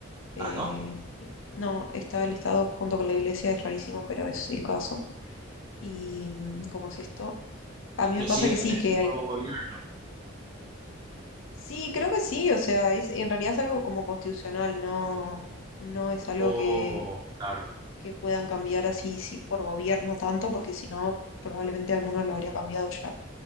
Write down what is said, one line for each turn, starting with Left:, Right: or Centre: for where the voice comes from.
Left: Eh,
Right: Ah, ¿no?
Left: eh, no, está el Estado junto con la iglesia, es rarísimo, pero es el caso. Y mm, cómo es esto, a
Right: Inclusive
Left: mí me pasa que sí,
Right: con este
Left: que
Right: nuevo
Left: hay...
Right: gobierno.
Left: Sí, creo que sí, o sea, es, en realidad es algo como constitucional, no, no es algo
Right: Oh,
Left: que,
Right: claro.
Left: que puedan cambiar así sí, por gobierno tanto, porque si no, probablemente alguno lo habría cambiado ya.